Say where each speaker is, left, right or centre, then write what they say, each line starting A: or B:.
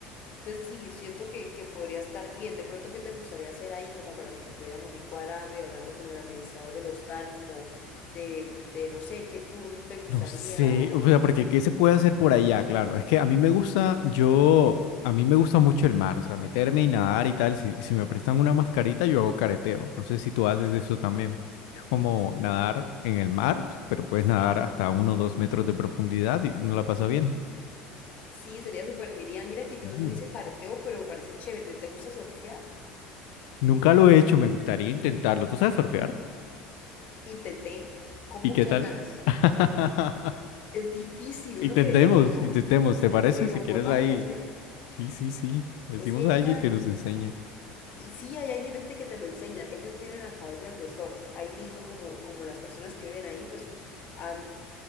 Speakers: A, on the left; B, on the left.
A: Entonces sí, siento que, que podría estar bien. De pronto, ¿qué te gustaría hacer ahí como para que pudiéramos ir cuadrando y hablando con el administrador del hostal, como de, de no sé, qué tour te gustaría
B: No sé,
A: o...
B: o sea, porque ¿qué se puede hacer por allá? Claro, es que a mí me gusta, yo, a mí me gusta mucho el mar, o sea, meterme y nadar y tal. Si, si me prestan una mascarita, yo hago careteo. No sé si tú haces eso también. Es como nadar en el mar, pero puedes
A: Sí,
B: nadar hasta uno o dos metros de profundidad y no la pasa bien.
A: sí, sería súper genial. Mira que
B: Sí.
A: yo no hice careteo, pero me parece chévere. ¿Te gusta surfear?
B: Nunca lo he hecho, me gustaría intentarlo. ¿Tú sabes surfear?
A: Intenté con
B: ¿Y
A: muchas
B: qué tal?
A: ganas
B: <laughs>
A: surfear. Es difícil, uno
B: Intentemos,
A: creería que no,
B: intentemos, ¿te parece?
A: pero
B: Si quieres
A: volvamos
B: ahí.
A: a hacer.
B: Sí, sí, sí. Decimos
A: Es genial.
B: a alguien que nos enseñe.
A: Y sí, ahí hay gente este que te lo enseña. Ellos tienen academias de surf. Ahí mismo, como, como las personas que viven ahí, pues han